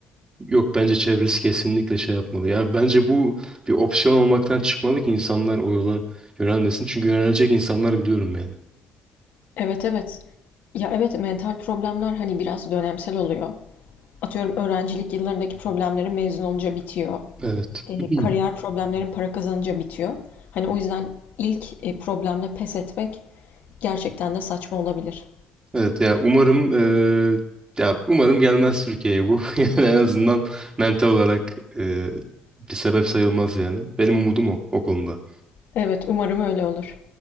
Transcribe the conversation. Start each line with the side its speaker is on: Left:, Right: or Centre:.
Right: yok bence çevresi kesinlikle şey yapmalı. Yani bence bu bir opsiyon olmaktan çıkmalı ki insanlar o yola yönelmesin. Çünkü yönelecek insanlar biliyorum yani.
Left: Evet evet. Ya evet mental problemler hani biraz dönemsel oluyor. Atıyorum öğrencilik yıllarındaki problemlerin mezun olunca bitiyor.
Right: Evet.
Left: Eee,
Right: <clears throat>
Left: kariyer problemlerin para kazanınca bitiyor. Hani o yüzden ilk e, problemle pes etmek gerçekten de saçma olabilir.
Right: Evet ya umarım eee, ya umarım gelmez Türkiye'ye bu. <laughs> Yani en azından mental olarak eee, bir sebep sayılmaz yani. Benim umudum o o konuda.
Left: Evet, umarım öyle olur.